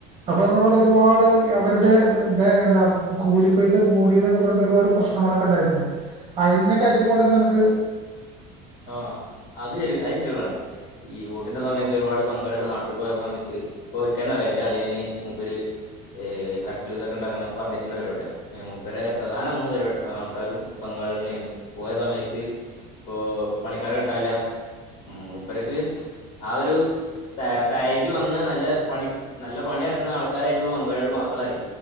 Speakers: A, on the right; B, on the left.
A: അപ്പൊ നമ്മളവിടെ ഒരുപാട് അവരുടെ ദെ എന്താ കൂലിപ്പൈസ കൂടീന്നൊക്കെ പറഞ്ഞിട്ട് ഒരുപാട് പ്രശ് പ്രശ്നങ്ങളൊക്കെ ഉണ്ടായിട്ടുണ്ട് അയിന്നെ കാഴ്ചപ്പാട് എന്താ അനക്ക്
B: ആഹ് അത് ശെരി അത് <unintelligible> ഈ ഓട്ടിന്റെ സമയത്ത് ഒരുപാട് ബംഗാളികൾ നാട്ടിപ്പോയ സമയത്ത് ഇപ്പൊ ഇക്കന്നറിയാം ഇന്റളിയന് മൂപ്പര് ഏഹ് കട്ടിൽ ഇതൊക്കെ ഉണ്ടാക്കുന്ന ഫർണീച്ചറിന്റെ പരിപാടിയാ മൂപ്പരെ പ്രധാന മൂന്ന് പരിപ ആൾക്കാരും ബംഗാളികളന്നെയാണ് പോയ സമയത്ത് ഇപ്പൊ പണിക്കാരെ കിട്ടാനില്ല മൂപ്പർക്ക് ആഹ് ഒരു തെ തയകി വന്ന് നല്ല പണി നല്ല പണി അറിയുന്ന ആൾക്കാരായിട്ട് ബംഗാളികള് മാത്രായി